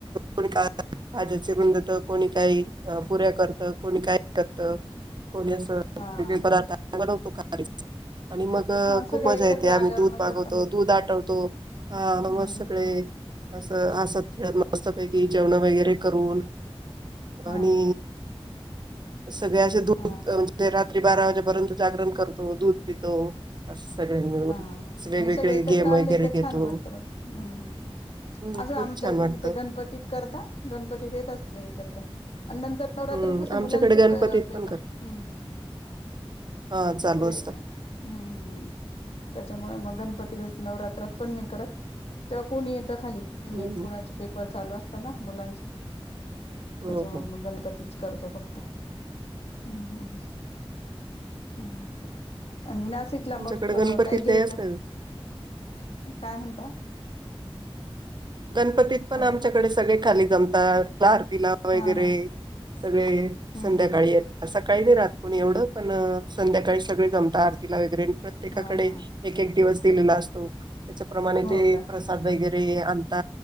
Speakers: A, on the right; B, on the left.
A: कोणी का आज्या चि रुधत कोणी काही पुऱ्या करतं कोणी काय करत कोणी
B: हा
A: पदार्थ बनवत ह आणि मग
B: हा
A: खूप
B: सगळे
A: मजा
B: एकत्र
A: येते आम्ही
B: आल्यावर
A: दूध
B: मजा
A: पागवतो
B: पण आहे
A: दूध आठवतो हा
B: हम्म
A: सगळे
B: हम्म
A: असं हसत खेळत मस्तपैकी जेवण वगैरे करून
B: हा
A: आणि सगळ्या अस दूध
B: हा
A: म्हणजे रात्री बारा वाजेपर्यंत जागरण करतो दूध पितो सगळे मिळून
B: हा म्हणजे
A: वेगवेगळे
B: सगळे एकत्र
A: गेम
B: आलं
A: वगैरे घेतो
B: छान वाटतं हम् हम्म
A: हम्म,
B: असं
A: खूप
B: आमच्या
A: छान वाटतं
B: ते गणपतीत करता गणपतीत येतात सगळे एकत्र आणि नंतर नवरात्र
A: हम्म
B: कसं
A: आमच्याकडे
B: मुलांचे
A: गणपतीत
B: पेपर
A: पण करतात
B: हम्म
A: हा चालू
B: पुढे
A: असतं.
B: हम्म हम्म हम् त्याच्यामुळे मग गणपती नवरात्रात पण नाही करत तेव्हा कोणी येतं खाली
A: हं हं
B: कुणाचे पेपर चालू असतातना मुलांची
A: हो
B: त्याच्यामुळे
A: हो
B: मग गणपतीत करतो फक्त हम्म हम् हम्च् आणि नाशिकला
A: आमच्याकडे
B: मग अ
A: गणपती
B: काही घ्यायचं
A: ते असते
B: काय म्हणता
A: गणपतीत पण
B: हॅलो
A: आमच्याकडे सगळे खाली कमता आरतीला वगैरे
B: हा हा
A: सगळे
B: हम्म
A: संध्याकाळी
B: हम्म हम्म
A: येतात सकाळी नाही राहत कोणी एवढं पण संध्याकाळी सगळे जमत आरतीला वगैरे अन प्रत्येकाकडे
B: हा हा
A: एक एक दिवस तिनलास्तो त्याच्याप्रमाणे ते
B: हो का
A: प्रसाद वगैरे ते अ ता